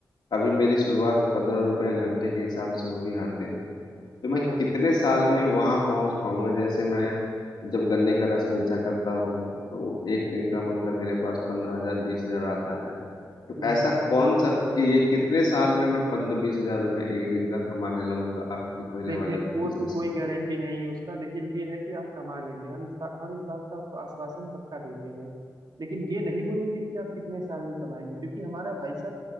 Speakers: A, on the left; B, on the right.
A: अभी मेरी शुरुआत पंद्रह रुपए घंटे के हिसाब से होगी हर दिन तो मैं
B: हाँ हाँ
A: कितने साल में वहां पहुंच पाऊंगा जैसे मैं जब गन्ने का रस बेचा करता हूँ तो एक दिन का मतलब मेरे पास पंद्रह हजार बीस हजार आता है तो
B: हम्म
A: ऐसा कौन सा कि ये कितने साल में मैं पंद्रह बीस हजार रुपए एक दिन का कमाने लगूंगा आपके पहले
B: देखिए
A: वाले बिजनेस
B: वो तो कोई
A: में
B: गारंटी नहीं है उसका लेकिन ये है कि आप कमा लेंगे हम इस बा, हम इस बात का आपको आश्वासन पक्का देते हैं लेकिन ये नहीं बोलेंगे कि आप कितने साल में कमाएंगे क्योंकि हमारा भाई साहब